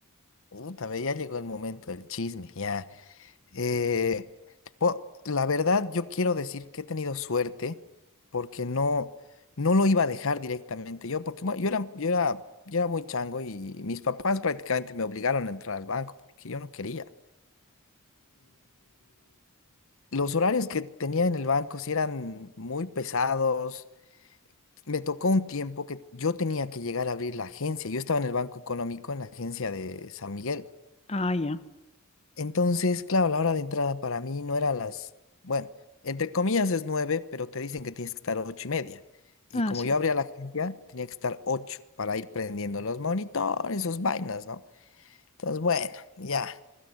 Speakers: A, on the left; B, on the left.
A: Puta, ve, ya llegó el momento del chisme, ya. Eh, po- la verdad, yo quiero decir que he tenido suerte porque no, no lo iba a dejar directamente yo, porque bueno, yo era, yo era, yo era muy chango y mis papás prácticamente me obligaron a entrar al banco porque yo no quería. Los horarios que tenía en el banco sí eran muy pesados. Me tocó un tiempo que yo tenía que llegar a abrir la agencia. Yo estaba en el Banco Económico, en la agencia de San Miguel.
B: Ah, ya.
A: Entonces, claro, la hora de entrada para mí no era las, bueno, entre comillas es nueve, pero te dicen que tienes que estar ocho y media. Y
B: Ah,
A: como
B: sí.
A: yo abría la agencia, tenía que estar ocho para ir prendiendo los monitores, sus vainas, ¿no? Entonces, bueno, ya.